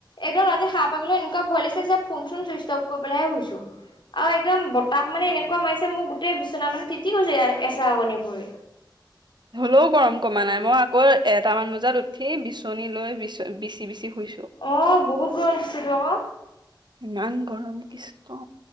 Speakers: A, on the left (about 70°); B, on the right (about 65°).
A: একদম ৰাতি সাহ পাবলৈ এনেকুৱা ভয় লাগিছে যে ফোন চোন চুইষ্টপ কৰি পেলাইহে হুইছোঁ। আ, একদম বতাহ মানে এনেকুৱা এনেুৱা মাৰিছে মোক গোটেই বিচনা মানে তিতি গৈছে এচা কণি পৰি।
B: হ'লেও গৰম কমা নাই। মই আকৌ এটামান বজাত উঠি বিচনী লৈ বিচ-বিচি বিচি শুইছো।
A: অ' বহুত গৰম দিছে তো আকৌ।
B: ইমান গৰম কৃষ্ণ।